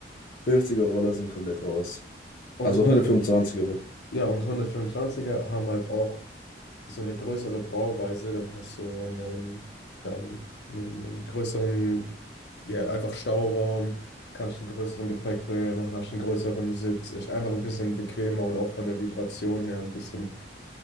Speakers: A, on the left; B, on the left.
A: 50er-Roller sind komplett raus.
B: Und
A: Also
B: hundert,
A: 125er.
B: ja, und hundertfünfundzwanziger haben halt auch so eine größere Bauweise. Dann hast du einen, ähm, einen, einen größeren, ja, einfach Stauraum, kannst einen größeren Gepäckträger machen, hast einen größeren Sitz. Ist einfach ein bisschen bequemer und auch von der Vibration her ein bisschen,